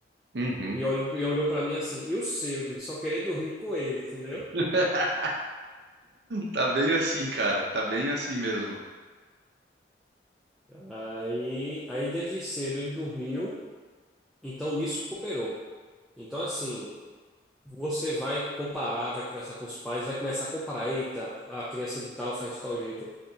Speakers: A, on the right; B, in the centre.
A: Uhum.
B: e olhou, e olhou para mim assim, e o seu, de só querer dormir com ele, entendeu?
A: <laughs> Tá bem assim, cara. Tá bem assim mesmo.
B: Aí, aí desde cedo ele dormiu, então nisso cooperou. Então, assim, você vai comparar, vai conversar com os pais, vai começar a comparar, eita, a criança de tal faz de tal jeito.